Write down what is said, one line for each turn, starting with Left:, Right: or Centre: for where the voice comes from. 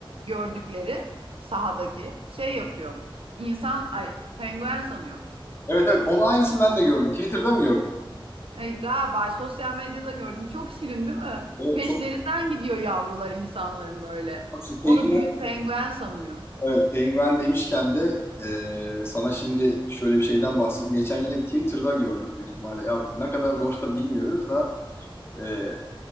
Right: gördükleri sahadaki şey yapıyormuş. İnsan ay penguen sanıyormuş.
Left: Evet evet onun aynısını ben de gördüm. Twitter'da mı gördün?
Right: Ay, galiba sosyal medyada gördüm. Çok şirin değil mi?
Left: Evet
Right: Peşlerinden
Left: çok
Right: gidiyor yavrular insanların böyle.
Left: Baksın, penguen,
Right: Onu büyük penguen sanıyor.
Left: evet penguen demişken de e, sana şimdi şöyle bir şeyden bahsedeyim. Geçen yine bir Twitter'da gördüm büyük ihtimalle. Ya ne kadar doğru da bilmiyoruz da e,